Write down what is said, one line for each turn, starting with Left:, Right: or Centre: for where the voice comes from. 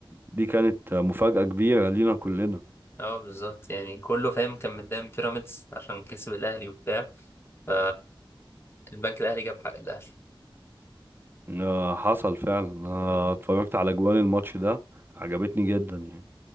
Right: دي كانت مفاجأة كبيرة لينا كلنا
Left: اه بالظبط يعني كله فاهم كان مدام بيراميدز عشان كسب الاهلي وبتاع ف البنك الاهلي جاب حق الاهلي
Right: آه حصل فعلا آه
Left: آه.
Right: اتفرجت على جوان الماتش ده عجبتني جدا يعني